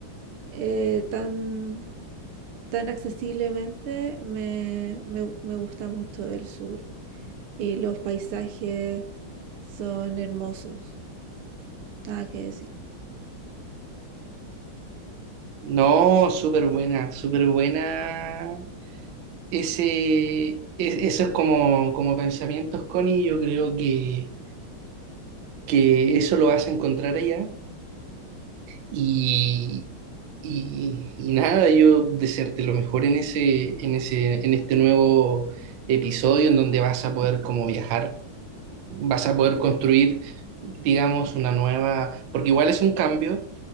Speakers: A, on the right; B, on the right.
A: eh, tan, tan accesiblemente, me, me- me gusta mucho el sur. Y los paisajes son hermosos, nada que decir.
B: No, súper buena, súper buena. Ese, es, esos como, como pensamientos, Connie, yo creo que que eso lo vas a encontrar allá. Y, y, y nada, yo desearte lo mejor en ese, en ese, en este nuevo episodio en donde vas a poder como viajar, vas a poder construir, digamos, una nueva, porque igual es un cambio,